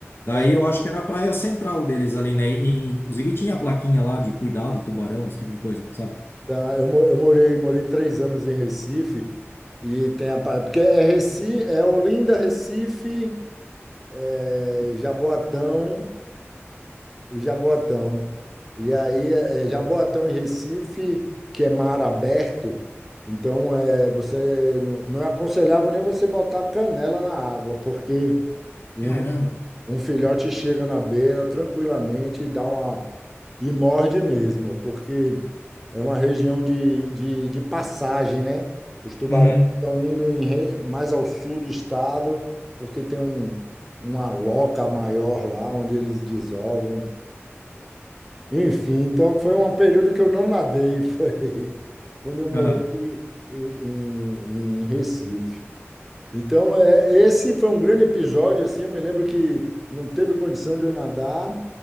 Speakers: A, on the left; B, in the centre.
A: Daí
B: É,
A: eu acho que era a praia central deles ali, né? E, inclusive tinha a plaquinha lá de cuidado, tubarão, esse tipo de coisa, sabe?
B: tá. Eu, mo- eu morei, morei três anos em Recife e tem a pa- porque é Recife, é Olinda, Recife, é, Jaboatão. o Jaboatão. E aí, é, Jaboatão e Recife, que é mar aberto, então é, você não não é aconselhável nem você botar canela na água, porque um,
A: Caramba.
B: um filhote chega na beira tranquilamente e dá uma e morde mesmo, porque é uma região de, de, de passagem, né? Os tubarões
A: Uhum.
B: estão indo em re- mais ao sul do estado, porque tem um, uma loca maior lá onde eles desovam enfim, então foi um período que eu não nadei, <laughs> foi quando eu morei
A: Aham.
B: em, em- em Recife. Então, é, esse foi um grande episódio, assim, eu me lembro que não teve condição de eu nadar.